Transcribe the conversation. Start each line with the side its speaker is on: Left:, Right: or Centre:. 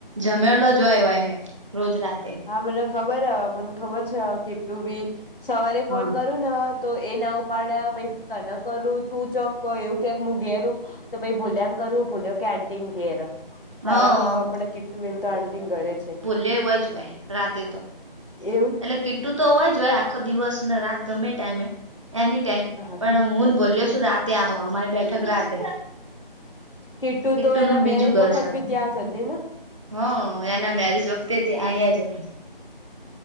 Right: જમેલો જ જોય હોય હે રોજ રાતે.
Left: હા મને ખબર હ મને ખબર છે કિટ્લુ બી સવારે ફોન
Right: હા
Left: કરું ન.. તો એ ના ઉપાડ્યા પછી તને કરું તું ચોક હોય એવું... કેક હું ઘેરું તો પછી ભૂલ્યાંને કરું ભૂલ્યો કેય આંટીના ઘેરે. તારે
Right: હ
Left: મને ખબર પડે કીટ્ટું બેન તો આંટીના ઘરે છે.
Right: દેવ જ ભાઈ રાતે તો.
Left: એવું.
Right: એટલે કીટું તો હોવા જો હોય આખો દિવસ ને રાત ગમે એ ટાઈમે. એની ટાઈમ
Left: હા
Right: પણ હું ને ભૂલ્યો શું રાતે આવો અમારે... બેઠક રાતે.
Left: કીટુ
Right: કિટુનું
Left: તો એના મેરેજ
Right: બીજું ઘર છે.
Left: <unintelligible>
Right: હ એના મેરેજ વખતે થી અહીંયા જ હતી.